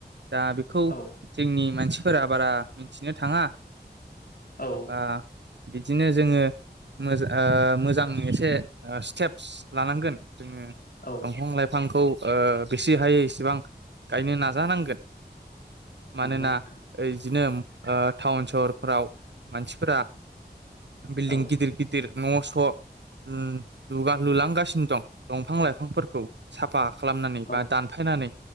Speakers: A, on the right (about 85°); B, on the left (about 60°).
A: दा बेखौ
B: औ
A: जोंनि मानसि फोरा बारा मिथिनो थाङा
B: औ
A: बा बिदिनो जोङो मोज मोजां एसे स्टेप्स लानांगोन जोङो
B: औ
A: दंफां लाइफांखौ अ बेसे हायै इसेबां गायनो नाजानांगोन। मानोना
B: नंगौ नोंथां
A: ओइदिनो ओ टाउन सहरफोराव मानसिफोरा बिल्दिं
B: औ
A: गिदिर
B: औ
A: गिदिर न' थ' ओम लुगा लुलांगासिनो दं। दंफां लाइफांफोरखौ साफा खालामनानै
B: औ
A: बा दानफायनानै